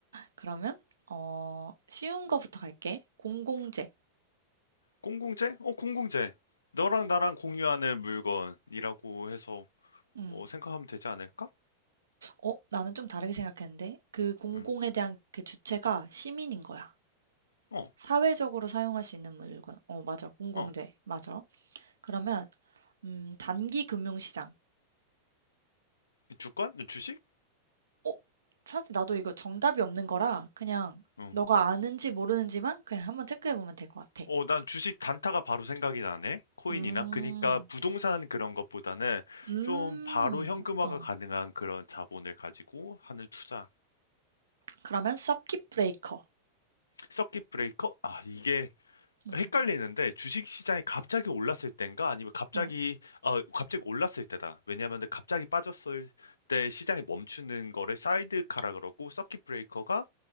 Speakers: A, on the right; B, on the left.
A: 그러면 어, 쉬운 거부터 갈게. 공공재.
B: 공공재? 어, 공공재. 너랑 나랑 공유하는 물건이라고 해서
A: 음.
B: 어, 생각하면 되지 않을까?
A: 어, 나는 좀 다르게 생각했는데 그 공공에
B: 응.
A: 대한 그 주체가 시민인 거야.
B: 어,
A: 사회적으로 사용할 수 있는 물건. 어, 맞아. 공공재.
B: 어.
A: 맞아. 그러면 음, 단기 금융시장.
B: 주권? 주식?
A: 어, 사실 나도 이거 정답이 없는 거라 그냥
B: 응.
A: 너가 아는지 모르는지만 그냥 한번 체크해 보면 될 것 같아.
B: 어, 난 주식 단타가 바로 생각이 나네. 코인이나.
A: 음.
B: 그니까 부동산 그런 것보다는
A: 음.
B: 좀 바로 현금화가
A: 어.
B: 가능한 그런 자본을 가지고 하는 투자.
A: 그러면 서킷 브레이커.
B: 서킷 브레이커? 아, 이게
A: 음.
B: 헷갈리는데 주식 시장이 갑자기 올랐을 때인가 아니면 갑자기
A: 응.
B: 어 갑자기 올랐을 때다. 왜냐하면 갑자기 빠졌을 때 시장이 멈추는 거를 사이드카라 그러고 서킷 브레이커가